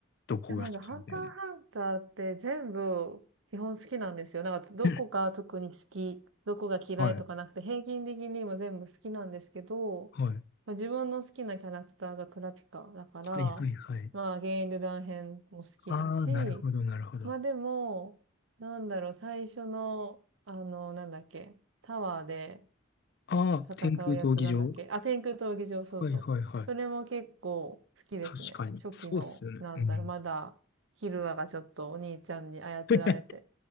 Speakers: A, on the left; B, on the right.
A: どこが好きみたいな。
B: でもなんか、ハンターハンターって全部基本好きなんですよ。なんか、どこが特に好き、
A: うん
B: どこが嫌いとかなくて、
A: はい。
B: 平均的に今全部好きなんですけど、
A: はい。
B: まあ、自分の好きなキャラクターがクラピカだから、
A: はいはいはい。
B: まあ、ゲインルダン編も好きだし、
A: ああ、なるほどなるほど。
B: まあでも、
A: あ
B: なんだろう、最初の、あの、なんだっけ、タワーで、
A: あ、
B: 戦うやつなんだっけあ、
A: 天空闘技場。
B: 天空闘技場、そうそう。
A: はいはいはい。
B: それも結構好きですね。
A: 確かに。
B: 初期の、
A: そうっすよね。
B: なんだろう、
A: うん。
B: まだ、ヒルアがちょっとお兄ちゃんに操られて、
A: <laughs>